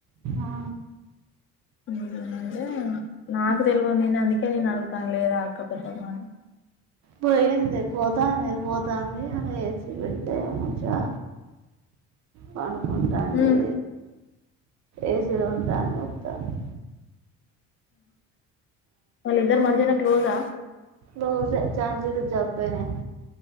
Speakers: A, on the right (about 55°); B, on the left (about 40°).
A: ఆ
B: మ్మ్ అంటే నాకు తెలవదు నేను అందుకే నిన్ను అడుగుతున్నా లేదా అక్క పెద్దమ్మ అని
A: పోయింది పోతాంది పోతాంది అలా ఏసి పెడితే మంచిగా పడు ఉంటాంది
B: ఉమ్
A: ఏసీలో ఉంటాంది వస్తాంది
B: వాళ్ళిద్దరూ మంచిగానే క్లోజా
A: లోసే ఝాన్సీ కి జబ్బేనే